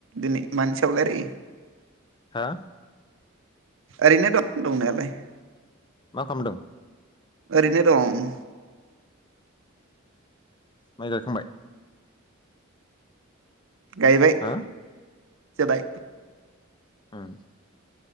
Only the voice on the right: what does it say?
दिनै मानि सायाव रायलायो।
ओरैनो दं दंनायालाय।
ओरैनो दं।
गायबाय
जाबाय